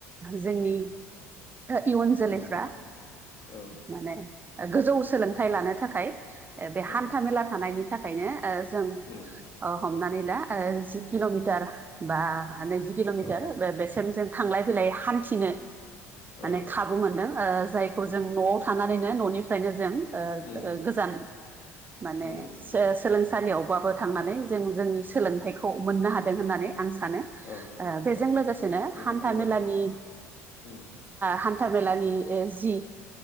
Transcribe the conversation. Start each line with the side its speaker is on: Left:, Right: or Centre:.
Right: जोंनि इयुन जोलैफ्रा
Left: उम औ
Right: माने गोजौ सोलोंथाइ लानो थाखाय बे
Left: औ
Right: हान्था मेला थानायनि थाखायनो जों
Left: उम
Right: हमनानै ला जि किल'मिटार बा नैजि किल'मिटार
Left: औ
Right: <unintelligible> जों थांलाय फैलाय हान्थिनो
Left: औ
Right: माने खाबु मोनदों जायखौ जों न'आव थानानैनो न'निफ्रायनो जों
Left: उम
Right: गोजान माने
Left: उम
Right: सोलोंसालियावबाबो थांनानै जों जोंनि सोलोंथाइखौ मोननो हादों होननानै आं सानो
Left: औ
Right: बेजों
Left: औ
Right: लोगोसेनो
Left: जोबोद
Right: हान्था
Left: मोजां
Right: मेलानि
Left: उम
Right: हान्थ मेलानि जि